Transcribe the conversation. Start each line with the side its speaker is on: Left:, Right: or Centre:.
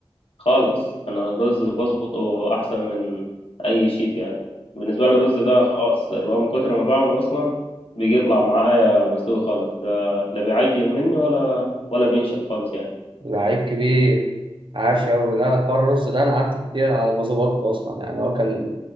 Left: خالص انا الرز بظبطه احسن من اي شيف يعني بالنسبه لي الرز ده خلاص اللي هو من كتر ما بعمله اصلا بيجي يطلع معايا مستوي خالص لا لا بيعجن مني ولا ولا بينشف خالص يعني
Right: لعيب كبير عاش أوي لا حوار الرز ده أنا قعدت كتير على ما ظبطته أصلا يعني هو كان